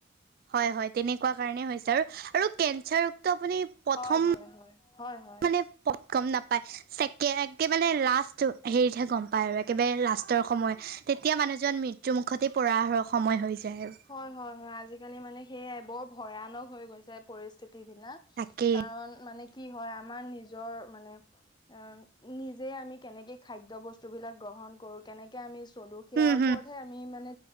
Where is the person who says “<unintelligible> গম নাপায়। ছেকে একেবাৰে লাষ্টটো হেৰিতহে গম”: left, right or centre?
Right